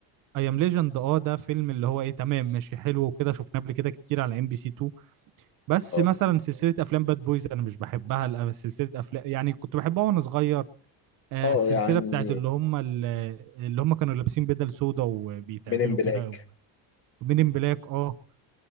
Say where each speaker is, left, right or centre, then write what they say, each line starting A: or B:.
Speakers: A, on the right (about 45°); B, on the left (about 30°).
A: اي ام ليجند اه ده فيلم اللي هو ايه تمام ماشي حلو وكده شفناه قبل كده كتير على ام بي سي 2 بس
B: أه
A: مثلا سلسله افلام باد بويز انا مش بحبها لأ، سلسله افلام يعني كنت بحبها وانا صغير آه،
B: أه
A: السلسله
B: يعني
A: بتاعت اللي هم ال- اللي هم كانوا لابسين بدل سودا وبيتعملوا
B: من إن بلاك
A: كده مين ان بلاك اه